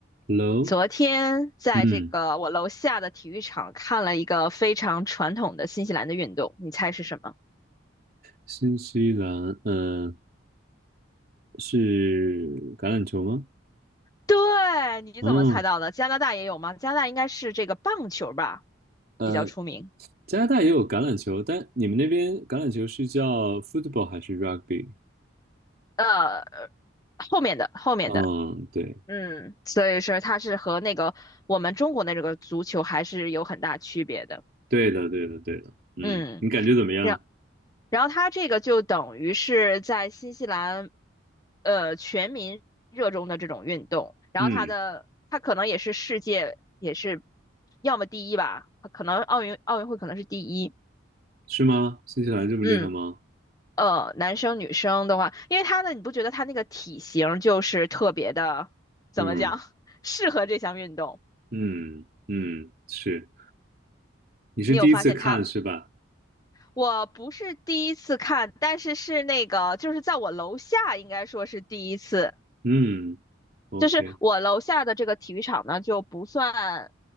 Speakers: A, on the right; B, on the left.
A: Hello，
B: 昨天在这个我楼下的体育场看了一个非常传统的新西兰的运动，
A: 嗯，
B: 你猜是什么？
A: 新西兰，嗯，是橄榄球吗？
B: 对，你怎么猜到的？
A: 嗯，
B: 加拿大也有吗？加拿大应该是这个棒球吧，
A: 呃，
B: 比较出名。
A: 加拿大也有橄榄球，
B: 嗯，
A: 但你们那边橄榄球是叫 football 还是 rugby？
B: 呃，后面的后面的，
A: 嗯，对，
B: 嗯，所以说它是和那个我们中国的这个足球还是有很大区别的。
A: 对的，对的，对的，嗯，
B: 嗯。
A: 你感觉怎么样？
B: 然然后他这个就等于是在新西兰，呃，全民热衷的这种运动。然后他的他可能也是世界也是，
A: 嗯，
B: 要么第一吧，可能奥运奥运会可能是第一。
A: 是吗？新西兰这么厉害吗？
B: 嗯，呃，男生女生的话，因为他的你不觉得他那个体型就是特别的，怎么讲，
A: 嗯
B: <laughs> 适合这项运动？
A: 嗯嗯，是，你是第一次看是吧？
B: 你有发现他？我不是第一次看，但是是那个，就是在我楼下，应该说是第一次。
A: 嗯，OK。
B: 就是我楼下的这个体育场呢，就不算